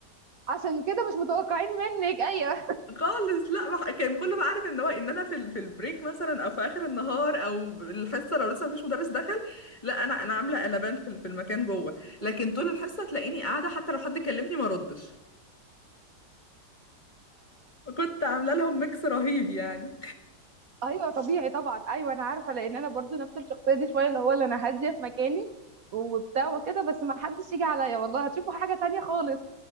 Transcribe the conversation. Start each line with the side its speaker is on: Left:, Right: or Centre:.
Right: عشان كده مش متوقعين منك ايوه
Left: <laughs> خالص لا ما- ح- كان كله بقى عارف ان هو ان انا في ال- في البريك مثلا او في اخر النهار او الحصه لو لسه مفيش مدرس دخل لا انا انا عامله قلبان في ال- في المكان جوه لكن طول الحصه تلاقيني قاعده حتى لو حد كلمني ما ردش كنت عامله لهم ميكس رهيب يعني
Right: ايوه طبيعي طبعا ايوه انا عارفه لان انا برضو نفس الشخصيه دي شويه اللي هو اللي انا هاديه في مكاني وبتاع وكده بس ما حدش يجي عليا والله هتشوفوا حاجه تانية خالص